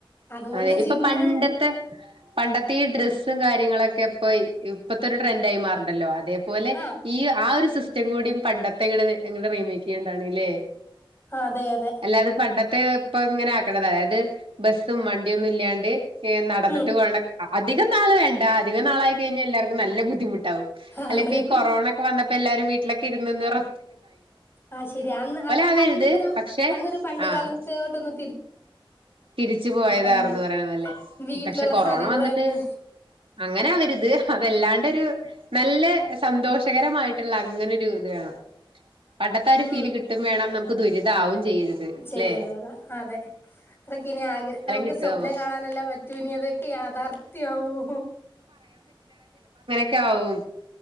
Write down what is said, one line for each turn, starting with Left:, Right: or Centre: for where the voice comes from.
Left: അതുകൊണ്ട്
Right: അതെ ഇപ്പൊ
Left: ജിമ്മും
Right: പണ്ടത്തെ പണ്ടത്തെ ഈ ഡ്രസ്സും കാര്യങ്ങളൊക്കെ ഇപ്പൊ ഇപ്പഴത്തെ ഒരു ട്രെൻഡ് ആയി മാറണ്ടല്ലോ അതെ പോലെ അതേപോലെ
Left: ആഹ്
Right: ഈ ആ ഒരു സിസ്റ്റ ച്ചും കൂടി പണ്ടത്തെങ്ങട് ങ്ങടെ റീമേക്ക് ചെയ്യണ്ടാണ്ല്ലേ
Left: അതെ അതെ
Right: അല്ലാതെ പണ്ടത്തെ തങ്ങനെ ആക്കണതാ ത് ബസ്സും വണ്ടിയൊന്നും ഇല്ലാണ്ട് ഏഹ് നടന്നിട്ട്
Left: ഉം
Right: പോണ ആദ്യക്കെ അധികൊന്നും ആൾ വേണ്ട അധികാനാളായിക്കഴിഞ്ഞ എല്ലാവർക്കും നല്ല ബുദ്ധിമുട്ട് ട്ടാവും അല്ല
Left: ആണ്
Right: ഇപ്പോ ഈ കൊറോണ ഒക്കെ വന്നപ്പോ എല്ലാരും വീട്ടിലൊക്കെ ഇരുന്ന് നിറ
Left: ആ ശരി അന്ന് അത്
Right: ആവരുത്
Left: അന്നൊരു
Right: പക്ഷെ
Left: അന്നൊരു പണ്ട്
Right: ആഹ്
Left: കാലത്തോട്ട ഒന്ന്
Right: തിരിച്ചു പോയതാർന്ന്
Left: തന്നെ
Right: പറയണ പോലെ
Left: വീട്ടിലുള്ള
Right: പക്ഷെ കൊറോണ
Left: സാധനങ്ങൾ
Right: വന്നിട്ട്
Left: തന്നെ
Right: അങ്ങനെ അവരീത് അതല്ലാണ്ടൊരു നല്ല സന്തോഷകരമായിട്ടുള്ള അങ്ങനൊരു ത് ഇത്വേണം പണ്ടത്തെ ഒരു
Left: ഉം
Right: ഫീല് കിട്ടും വേണം നമു ക്ക്‌ ദുരിതാവും ചെ ചെയ്യരുത്
Left: ചെയ്യരുതതാ
Right: അല്ലെ
Left: അതെ അതൊക്കെ ഇനി ആഗ്രഹ നമുക്ക്
Right: കിട്ടുവാവോ
Left: സ്വപ്നം കാണാനെല്ലേ പറ്റൂ ഇനി അതൊക്കെ യാഥാർഥ്യമാവോ
Right: ക്കാവും